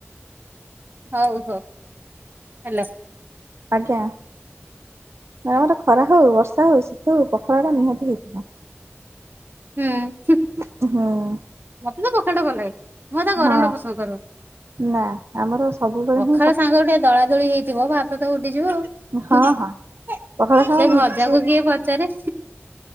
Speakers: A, on the right; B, on the right.
A: ହଉ ହଉ ହାଲ।
B: ଆଜ୍ଞା ଆମର ଖରା ହଉ ବର୍ଷା ହଉ ଶୀତ ହଉ ପଖାଳଟା ନିହାତି ହେଇଥିବ।
A: ହୁଁ।
B: ଉଁ-ହଁ-ହଁ।
A: ମତେ ତ ପଖାଳଟା ଭଲଲାଗେ। ମତେ ଗରମ୍
B: ହଁ
A: ଟା ପସନ୍ଦ କରୁ
B: ନା ଆମର ସବୁବେଳେ
A: ପଖାଳ
B: ହିଁ
A: ସାଙ୍ଗଗୁ ଟିକେ ଦଳା ଦଳି ହେଇଥିବ ଭାତ ତ ଉଡିଯିବ ଆଉ।
B: ହଁ
A: ହୁଁ -ସେ
B: ହଁ। ପଖାଳ ସାଙ୍ଗରେ
A: ଭଜାକୁ
B: ନିଶ୍ଚି
A: କିଏ ପଚାରେ।